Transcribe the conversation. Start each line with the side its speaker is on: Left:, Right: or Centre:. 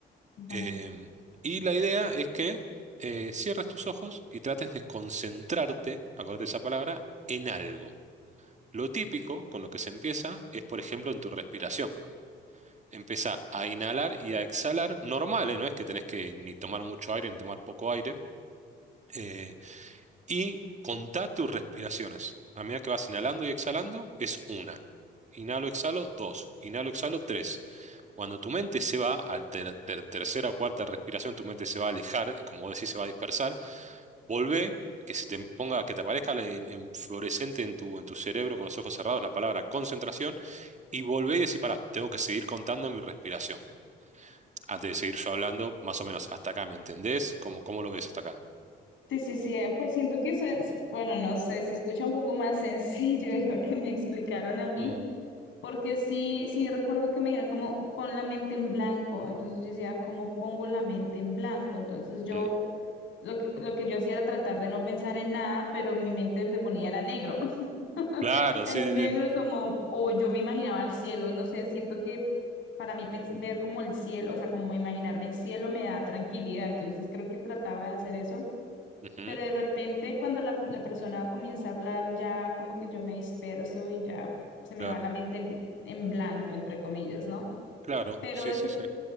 Right: Em,
Left: Va.
Right: y la idea es que eh, cierres tus ojos y trates de concentrarte, acuérdate esa palabra, en algo. Lo típico con lo que se empieza es, por ejemplo, en tu respiración. Empieza a inhalar y a exhalar, normal, ¿eh? No es que tenés que ni tomar mucho aire ni tomar poco aire. eh, y contá tus respiraciones. A medida que vas inhalando y exhalando, es una. Inhalo, exhalo, dos. Inhalo, exhalo, tres. Cuando tu mente se va, al ter- ter- tercera o cuarta respiración, tu mente se va a alejar, eh, como vos decís, se va a dispersar. Volvé, que se te ponga, que te aparezca la- en, en fluorescente en tu, en tu cerebro con los ojos cerrados la palabra concentración, y volvé y decís, pará, tengo que seguir contando mi respiración. Antes de seguir yo hablando, más o menos, hasta acá, ¿me entendés? ¿Cómo, cómo lo ves hasta acá?
Left: Sí, sí, sí, eh, pues siento que eso es, bueno, no sé, se escucha un poco más <laughs> sencillo de lo que me explicaron a mí,
Right: Mm.
Left: porque sí, sí recuerdo que me dijeron como pon la mente en blanco, entonces yo decía, ¿cómo pongo la mente en blanco? Entonces yo,
Right: Mm.
Left: lo que, lo que yo hacía era tratar de no pensar en nada, pero mi mente se ponía era negro. <laughs>
Right: Claro,
Left: Es
Right: sí,
Left: negro
Right: sí, sí.
Left: como, o yo me imaginaba el cielo, no sé, siento que para mí pens- ver como el cielo, o sea, como imaginarme el cielo me da tranquilidad, entonces creo que trataba de hacer eso,
Right: Ujú,
Left: pero de repente cuando la, la persona comienza a hablar ya como que yo me disperso y ya se me
Right: Claro,
Left: va la mente en, en blanco, entre comillas, ¿no?
Right: claro,
Left: Pero
Right: sí,
Left: eso
Right: sí, sí.